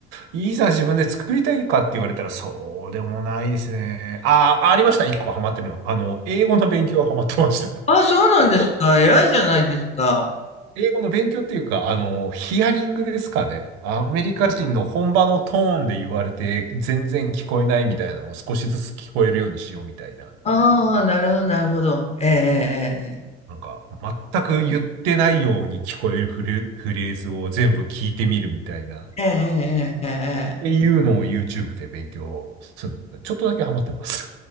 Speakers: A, on the right (about 50°); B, on the left (about 20°).
A: いざ自分で作りたいかって言われたらそうでもないですね。ああ、ありました。一個ハマってるの。あの、英語の勉強はハマってました。
B: あ、そうなんですか。偉いじゃないですか。
A: 英語の勉強っていうか、あの、ヒアリングですかね。アメリカ人の本場のトーンで言われて、全然聞こえないみたいなのを少しずつ聞こえるようにしようみたいな。
B: ああ、なるほど、なるほど。ええ
A: なんか、全く言ってないように聞こえるフレ、フレーズを全部聞いてみるみたいな。っ
B: ええええええええええええ。
A: ていうのを YouTube で勉強するの。ちょっとだけハマってます。